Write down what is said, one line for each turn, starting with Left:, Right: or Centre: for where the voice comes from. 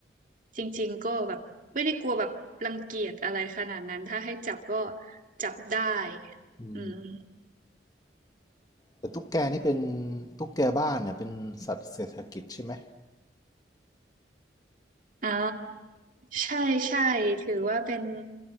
Right: จริงๆก็แบบ ไม่ได้กลัวแบบรังเกียจอะไรขนาดนั้น ถ้าให้จับก็จับได้
Left: อืม
Right: อืม
Left: แต่ตุ๊กแกนี่เป็นตุ๊กแกบ้านเนี่ยเป็นสัตว์เศรษฐกิจใช่ไหม
Right: อ๋อใช่ใช่ถือว่าเป็น